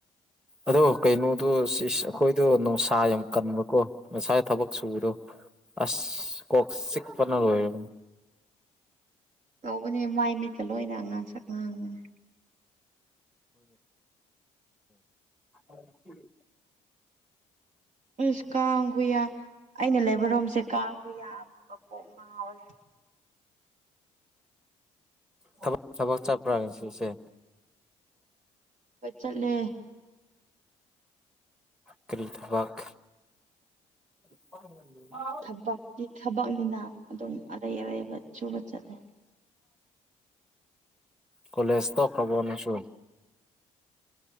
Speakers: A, in the centre; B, on the right.
A: ꯑꯗꯣ ꯀꯩꯅꯣꯗꯣ ꯁꯤꯁ ꯑꯩꯈꯣꯏꯗꯣ ꯅꯨꯡꯁꯥ ꯌꯥꯝ ꯀꯟꯕꯀꯣ ꯉꯁꯥꯏ ꯊꯕꯛ ꯁꯨꯗꯣ ꯑꯁ ꯀꯣꯛ ꯆꯤꯛꯄꯅ ꯂꯣꯏꯔꯦ
B: ꯇꯧꯕꯅꯦ ꯃꯥꯏ ꯃꯤꯠꯀ ꯂꯣꯏꯅ ꯉꯥꯡꯁꯛ ꯉꯥꯡꯕꯅꯦ
A: ꯑꯗꯨꯗꯤ
B: ꯏꯁ ꯀꯥꯡ ꯈꯨꯌꯥꯝ ꯑꯩꯅ ꯂꯩꯕꯔꯣꯝꯁꯦ ꯀꯥꯡ ꯈꯨꯌꯥꯝꯃ ꯀꯣꯛ ꯉꯥꯎꯕꯅꯦ
A: ꯊꯕꯛ ꯊꯕꯛ ꯆꯠꯄ꯭ꯔꯥ ꯉꯁꯤꯁꯦ
B: ꯍꯣꯏ ꯆꯠꯂꯦ
A: ꯀꯔꯤ ꯊꯕꯛ <unintelligible>
B: ꯊꯕꯛꯇꯤ ꯊꯕꯛꯅꯤꯅ ꯑꯗꯨꯝ ꯑꯔꯩ ꯑꯔꯩꯕ ꯁꯨꯕ ꯆꯠꯂꯦ
A: ꯀꯂꯦꯖ ꯇꯣꯛꯈ꯭ꯔꯕꯣ ꯅꯪꯁꯨ